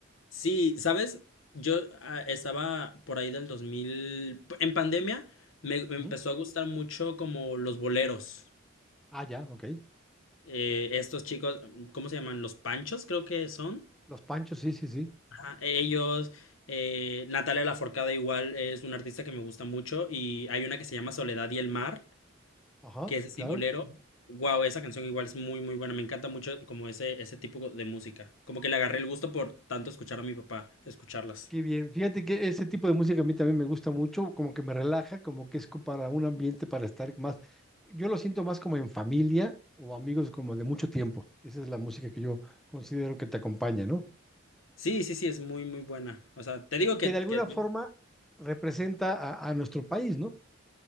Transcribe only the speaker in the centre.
Ujú.
Ah, ya, ok.
Los Panchos, sí, sí, sí.
Ajá,
claro.
Qué bien. Fíjate que ese tipo de música a mí también me gusta mucho, como que me relaja, como que es co- para un ambiente para estar más. Yo lo siento más como en familia o amigos como de mucho tiempo. Esa es la música que yo considero que te acompaña, ¿no?
Y
que de alguna
forma representa a, a nuestro país, ¿no?